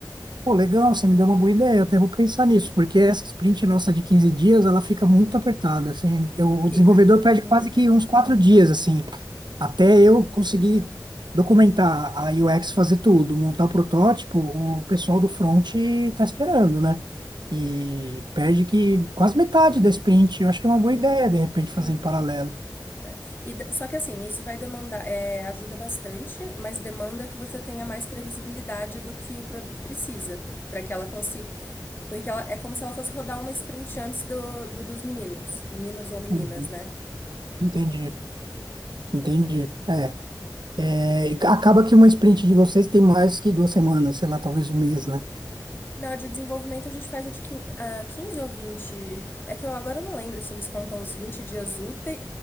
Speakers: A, on the right; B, on the left.
A: Pô, legal, você me deu uma boa ideia, até vou pensar
B: Uhum.
A: nisso, porque essa sprint nossa de 15 dias, ela fica muito apertada, assim, eu- o
B: Fica.
A: desenvolvedor perde
B: Uhum.
A: quase que uns quatro dias, assim, até eu conseguir documentar a UX, fazer tudo, montar o protótipo, o pessoal do front tá esperando, né? E perde que quase metade da sprint, eu acho que é uma boa ideia, de repente, fazer
B: Sim.
A: em paralelo.
B: é. E, de- só que assim, isso vai demandar, é, ajuda bastante, mas demanda que você tenha mais previsibilidade do que o produto precisa para que ela consiga, Porque ela, é como se ela fosse rodar uma sprint antes do, do- dos meninos. Meninos ou meninas,
A: Uhum.
B: né?
A: Entendi, entendi, é. É, e acaba que uma sprint de vocês tem mais que duas semanas, sei lá, talvez um mês, né?
B: Na de desenvolvimento, a gente faz a de quin- a 15 ou vinte É que eu agora eu não lembro se eles contam os 20 dias úteis,